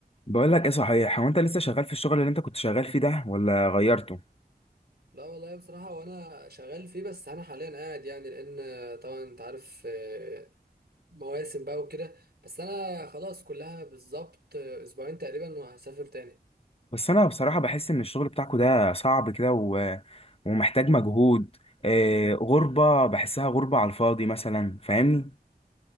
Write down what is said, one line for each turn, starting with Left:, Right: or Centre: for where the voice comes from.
Left: بقول لك ايه صحيح هو انت لسه شغال في الشغل اللي انت كنت شغال فيه ده ولا غيرته
Right: لا والله بصراحة وأنا شغال فيه بس أنا حاليا قاعد يعني لأن طبعا أنت عارف آه، مواسم بقى وكده بس أنا خلاص كلها بالظبط آه، أسبوعين تقريبا وهسافر تاني
Left: بس انا بصراحة بحس ان الشغل بتاعكو ده صعب كده و... ومحتاج مجهود آه غربة بحسها غربة على الفاضي مثلا فاهمني